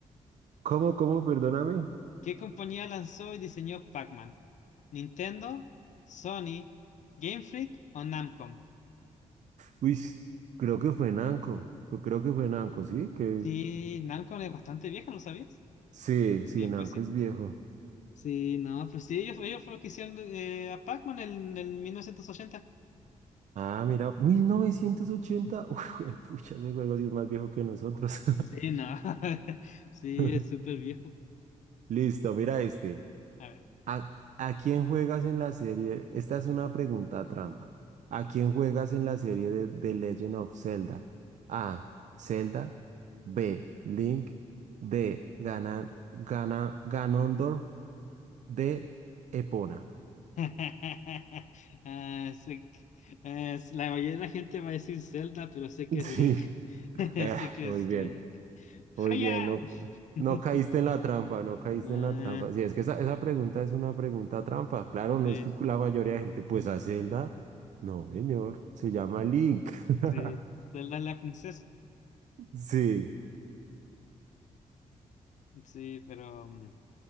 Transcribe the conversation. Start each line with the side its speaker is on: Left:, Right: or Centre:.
Right: ¿Cómo, cómo, perdóname?
Left: ¿Qué compañía lanzó y diseñó Pac-Man? Nintendo, Sony, Game Freak o Namcom.
Right: Uy, s- creo que fue Nanco. Pues Creo que fue Nanco, ¿sí? Que
Left: Sí, Namcom es bastante vieja, ¿lo sabías?
Right: sí,
Left: Sí,
Right: sí, Nanco
Left: pues sí.
Right: es viejo.
Left: Sí, no, pues sí, ellos, ellos fueron los que hicieron eh, a Pac-Man en, en 1980.
Right: Ah, mira, 1980. <laughs> Uy, pucha, ese juego sí es más viejo que nosotros.
Left: Sí, no. <laughs> Sí,
Right: <laughs>
Left: es súper viejo.
Right: Listo, mira este.
Left: A ver.
Right: ¿A, a quién juegas en la serie? Esta es una pregunta trampa. ¿A quién juegas en la serie de The Legend of Zelda? A. Zelda. B. Link. D. Ganon, Ganondorf. de Epona.
Left: <laughs> Ah, sé que- eh, la mayoría de la gente va a decir Zelda, pero sé que
Right: <laughs> Sí.
Left: es Link. <laughs>
Right: Eh,
Left: Sé que
Right: muy
Left: es
Right: bien,
Left: Link.
Right: muy
Left: ¡Haya!
Right: bien. No,
Left: <laughs>
Right: no caíste en la trampa, no caíste
Left: Ah,
Right: en la trampa. Sí, es que esa, esa pregunta es una pregunta trampa. Claro, no
Left: sí,
Right: es que la mayoría de gente, pues a Zelda. No, señor, se llama Link. <laughs>
Left: sí. Zelda es la princesa.
Right: Sí,
Left: Sí, pero... mm,